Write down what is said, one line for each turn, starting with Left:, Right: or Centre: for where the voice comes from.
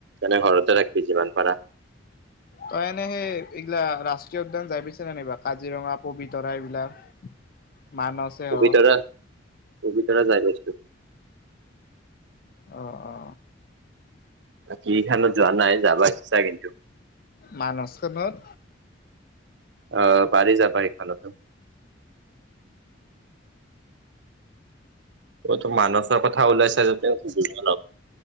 Right: এনে ঘৰতে ৰাখবি যিমান পাৰা।
Left: তই এনে সেই এইগিলা ৰাষ্ট্ৰীয় উদ্যান যাই পিছে নে নাই বা কাজিৰঙা পবিতৰা এইবিলাক
Right: <inaudible>
Left: মানছে
Right: পবিতৰা
Left: আহ
Right: পবিতৰা যাই পাইছো।
Left: আহ অ।
Right: বাকী খানত যোৱা নাই যাব ইচ্ছা কিন্তু।
Left: মানস খনত?
Right: অ পাৰি যাবা সেইখনটো। অটো মানসৰ কথা ওলাইছা যেতে অলপ